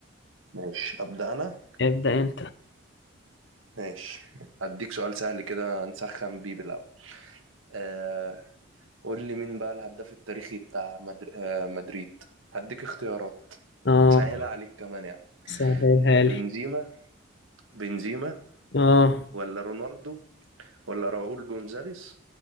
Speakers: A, on the right (about 80°); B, on the left (about 55°).
A: ماشي أبدأ أنا
B: ابدا انت
A: ماشي أديك سؤال سهل كده نسخن بيه بالأول آه قول لي مين بقى الهداف التاريخي بتاع مدر... آه مدريد هديك اختيارات
B: اه
A: أسهلها عليك كمان يعني
B: سهلها
A: بنزيما
B: لي
A: بنزيما
B: اه
A: ولا رونالدو ولا راؤول جونزاليس